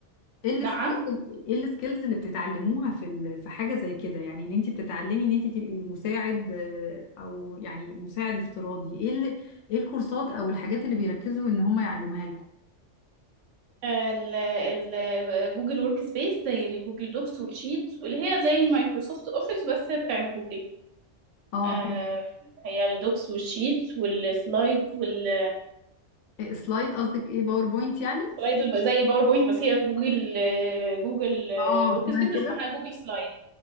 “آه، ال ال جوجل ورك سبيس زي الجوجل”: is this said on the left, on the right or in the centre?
Right